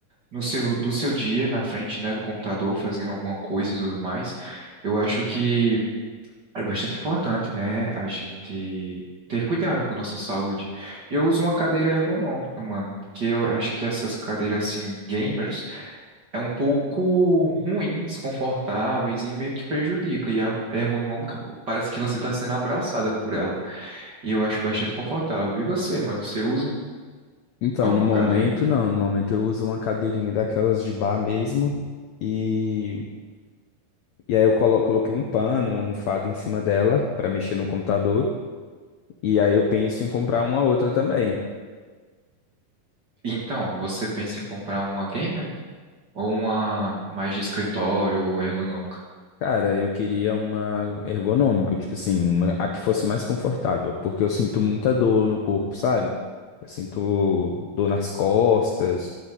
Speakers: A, on the right; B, on the left.
A: no seu, do seu dia na frente, né, do computador, fazendo alguma coisa e tudo mais. Eu acho que É bastante importante, né? A gente ter cuidado com nossa saúde. Eu uso uma cadeira ergonômica, mano, porque eu acho que essas cadeiras assim gamers é um pouco ruim, desconfortáveis e meio que prejudica. E a ergonômica pô, parece que você tá sendo abraçada por ela. E eu acho bastante confortável. E você, mano, você usa
B: Então,
A: alguma
B: no momento,
A: cadeira?
B: não. No momento eu uso uma cadeirinha daquelas de bar mesmo. E, e aí eu colo- coloquei um pano, uma almofada em cima dela para mexer no computador. E aí eu penso em comprar uma outra também.
A: Então, você pensa em comprar uma gamer ou uma mais de escritório ou ergonômica?
B: Cara, eu queria uma ergonômica, tipo assim, uma- a que fosse mais confortável, porque eu sinto muita dor no corpo, sabe? Eu sinto dor nas costas